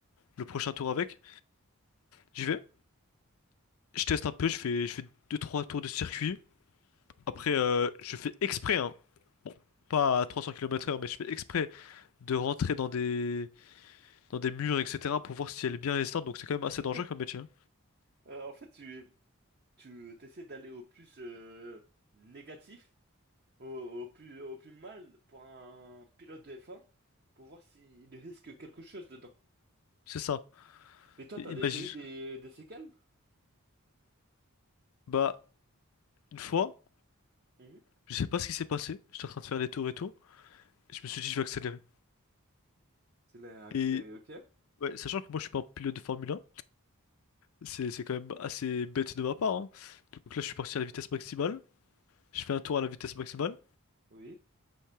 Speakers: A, on the left (about 70°); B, on the right (about 45°).
A: le prochain tour avec. J'y vais, je teste un peu, je fais, je fais deux trois tours de circuit. Après,
B: Mhm.
A: euh, je fais exprès, hein. Bon, pas à 300 kilomètres h mais je fais exprès de rentrer dans des, dans des murs, etc., pour voir si elle est bien résistante, donc c'est quand même assez dangereux
B: <laughs>
A: comme métier. hein.
B: Euh, en fait, tu, tu t'essaies d'aller au plus euh, négatif, au, au plus, au plus mal pour un pilote de F1, pour voir s'il risque quelque chose dedans.
A: C'est ça.
B: Mais toi,
A: Et
B: t'as
A: Imagine.
B: déjà eu des, des séquelles?
A: Bah, une fois,
B: Mhm.
A: je sais pas ce qui s'est passé. J'étais en train de faire les tours et tout. Et je me suis dit, je vais accélérer.
B: Accéléré, accéléré,
A: Et
B: ok.
A: ouais, sachant que moi, je suis pas un pilote de Formule 1, c'est c'est quand même assez bête de ma part. hein. Donc là, je suis parti à la vitesse maximale. Je fais un tour à la vitesse maximale.
B: Oui.